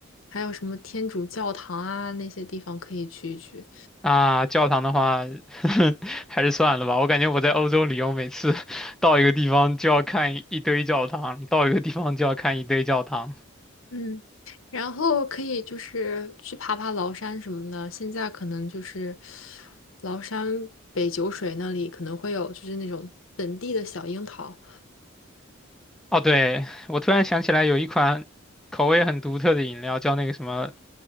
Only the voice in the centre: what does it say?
啊，教堂的话 <laughs> 还是算了吧，我感觉我在欧洲旅游，每次 <laughs> 到一个地方就要看一堆教堂，到一个地方就要看一堆教堂。
哦，对，我突然想起来有一款口味很独特的饮料，叫那个什么